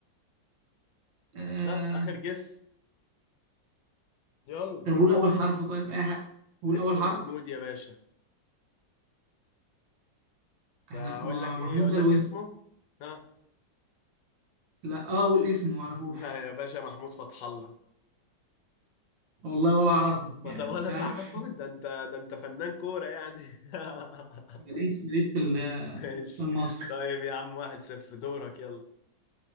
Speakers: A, on the right (about 85°); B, on the left (about 75°).
A: آه...
B: ها آخر جس يلا
A: طب قول اول حرف طيب اي حاجه قول
B: اسمه
A: اول حرف
B: محمود يا باشا ده
A: احنا
B: أقول
A: ما...
B: لك
A: محمود
B: إيه أقول
A: ده
B: لك
A: الوينج
B: اسمه ها
A: لا اه قول اسمه ما اعرفوش
B: <laughs> ما يا باشا محمود فتح الله
A: والله ولا اعرفه
B: ما
A: يعني
B: طب ولا
A: مش عارف
B: تعرفه ده أنت ده أنت فنان كورة يعني <laughs>
A: <laughs> ماليش ماليش في ال-
B: ماشي
A: في المصري
B: طيب يا عم واحد صفر دورك يلا